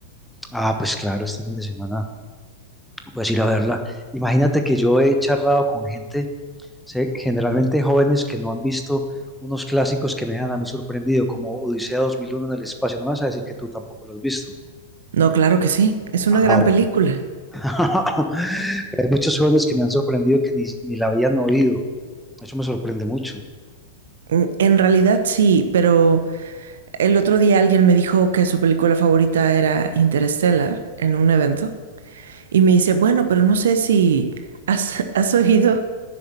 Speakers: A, in the centre; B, on the right.
A: Ah, pues claro, este fin de semana puedes ir a verla. Imagínate que yo he charlado con gente, se- generalmente jóvenes que no han visto unos clásicos que me dejan a mí sorprendido, como Odisea dos mil uno en el espacio. No me vas a decir que tú tampoco lo has visto.
B: No, claro que sí, es una
A: Ah,
B: gran
A: bueno.
B: película.
A: <laughs> Pero hay muchos jóvenes que me han sorprendido que ni, ni la habían oído. Eso me sorprende mucho.
B: Mm, En realidad sí, pero el otro día alguien me dijo que su película favorita era Interstellar en un evento y me dice, bueno, pero no sé si has, <laughs> has oído